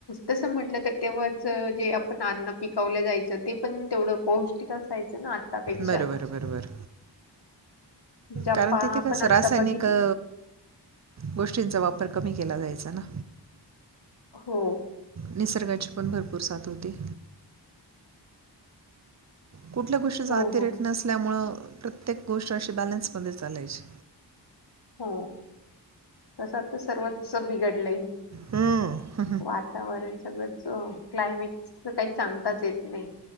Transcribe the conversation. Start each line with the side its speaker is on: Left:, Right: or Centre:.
Left: तस म्हटलं तर तेव्हाच जे, पण अन्ना पिकवलं जायचं ते पण तेवढं पौष्टिक असायचं ना! आतापेक्षा
Right: बरोबर बरोबर!
Left: म्हणजे आप-
Right: कारण
Left: आपण
Right: तिथे कसं
Left: आता
Right: रासायनिक
Left: बघितलं
Right: अ गोष्टींचा वापर कमी केला जायचा ना!
Left: हो!
Right: निसर्गाची पण भरपूर साथ होते, कुठल्या गोष्टी जातेरेट
Left: हो हो
Right: नसल्यामुळ. प्रत्येक गोष्ट अशी बॅलन्समध्ये चालायची.
Left: हो तस तर सर्वचच बिघडलंय,
Right: हम्म.
Left: वातावरण सगळं स क्लायमेट तर काही सांगताच येत नाही.